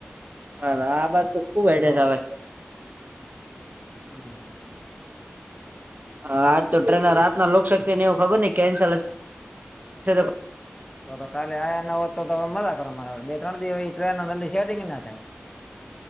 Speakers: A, on the right; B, on the left.
A: હ આ બાત તો ખુબ હેડે હવે.
B: હમ હમ.
A: હ આજ તો ટ્રેન રાત ના લોકશકતીને એવું ખબર નહી કેન્સલ હશે.
B: તો તો કાલે આવ્યા ન હોત તો તમે મજા કરો મારા બે ત્રણ દિવસ ટ્રેન ના જલ્દી સેટિંગ ના થાય.